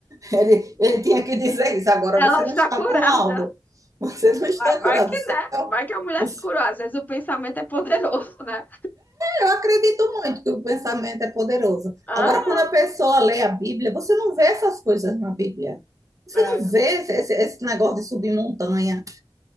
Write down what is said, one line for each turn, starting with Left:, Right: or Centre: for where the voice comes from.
Right: Ele, ele tinha que dizer isso. Agora
Left: ela
Right: você
Left: está
Right: não está
Left: curada.
Right: com laudo, você não está
Left: Vai, vai
Right: curado.
Left: que, né? Vai que a mulher
Right: Eu,
Left: se curou. Às vezes o pensamento é poderoso, né?
Right: eu acredito muito que o pensamento é poderoso.
Left: Ah,
Right: Agora, quando a pessoa lê a Bíblia, você não vê essas coisas na Bíblia. Você
Left: é.
Right: não vê esse, esse negócio de subir montanha.